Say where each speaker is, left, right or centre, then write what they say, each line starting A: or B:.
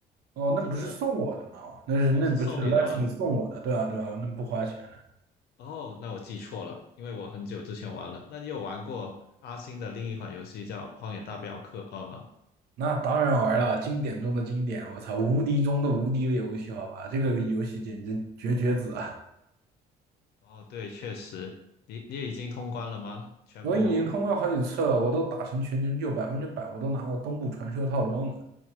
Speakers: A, on the right; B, on the left.
A: 哦，
B: 我记得
A: 那不是送我的吗？哦那是那不是
B: 哦，是送你的吧？
A: l e s l 送我的，对啊对啊，那不花钱的。
B: 哦，那我记错了，因为我很久之前玩了。那你有玩过阿星的另一款游戏叫《荒野大镖客二》吗？
A: 那当然玩了，经典中的经典，我操，无敌中的无敌的游戏，好吧，这个游戏简直绝绝子啊！
B: 哦，对，确实，你你也已经通关了吗？全部，
A: 我已经通关好几次了，我都打成全成就，百分之百我都拿到东部传说套装了